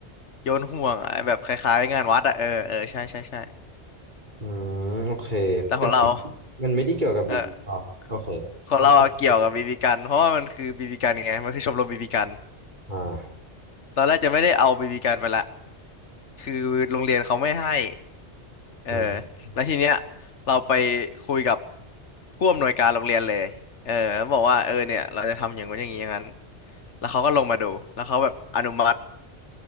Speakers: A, on the left; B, on the right.
A: โยนห่วงอะแบบคล้ายๆงานวัดอะเออเออใช่ใช่ใช่
B: อืมโอเค
A: แต่ของเรา
B: แต่มันมันไม่ได้เกี่ยวกับบีอ๋อโอเค
A: เออของเราอะเกี่ยวกับบีบีกันเพราะว่ามันคือบีบีกันไงมันคือชมรมบีบีกัน
B: อันเป็นอ่า
A: ตอนแรกจะไม่ได้เอาบีบีกันไปละ คือโรงเรียนเขาไม่ให้เออ
B: อืม
A: แล้วทีเนี้ยเราไปคุยกับผู้อำนวยการโรงเรียนเลยเออแล้วบอกว่าเออเนี่ยเราจะทำอย่างนู้นอย่างนี้อย่างนั้น แล้วเขาก็ลงมาดูแล้วเขาแบบอนุมัติ